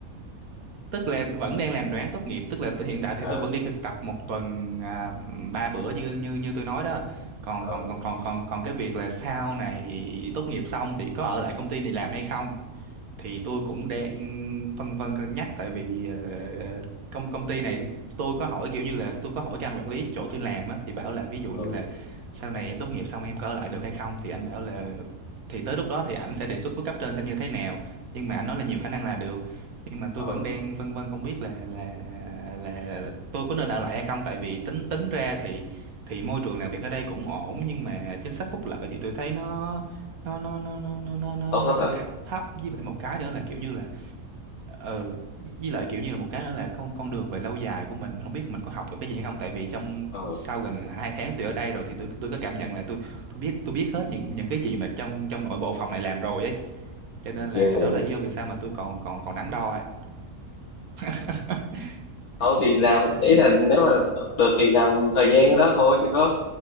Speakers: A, on the right (about 75°); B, on the left (about 80°).
A: tức là vẫn đang làm đoán tốt nghiệp tức là tôi- hiện tại
B: ờ
A: thì tôi vẫn đi thực tập một tuần à, ba bữa như như như tôi nói đó còn
B: ờ
A: còn còn còn còn còn cái việc là sau này tốt nghiệp xong thì có ở lại công ty này làm hay không thì tôi cũng đang phân vân cân nhắc tại vì ờ, công công ty này tôi có hỏi kiểu như là tôi có hỏi cái anh quản lý chỗ tôi làm á thì bảo là ví dụ
B: ờ
A: như là sau này em tốt nghiệp xong em có ở lại được hay không thì anh bảo là thì tới lúc đó thì ảnh sẽ đề xuất với cấp trên xem như thế nào nhưng mà anh nói là nhiều khả năng là được nhưng mà tôi
B: ờ,
A: vẫn đang phân vân không biết là là là, là tôi có nên ở lại hay không tại vì tính tính ra thì thì môi trường làm việc ở đây cũng ổn nhưng mà chính sách phúc lợi thì tôi thấy nó nó nó nó nó nó nó nó
B: tốt
A: nó
B: lắm
A: hơi
B: rồi
A: thấp thấp với lại một cái nữa là kiểu như là ừ với lại kiểu như là một cái nữa là con con đường về lâu dài của mình mình không biết mình có học được cái gì hay không tại vì trong
B: ờ
A: sau gần hai tháng tôi ở đây rồi thì tôi tôi có cảm nhận là tôi tôi biết tôi biết hết những những cái gì mà trong trong nội bộ phòng này làm rồi ấy cho nên là
B: ghê
A: đó là lý do vì sao mà tôi còn còn còn đắn đo ấy <laughs>
B: không thì làm ý là nếu mà được thì làm thời gian đó thôi chứ có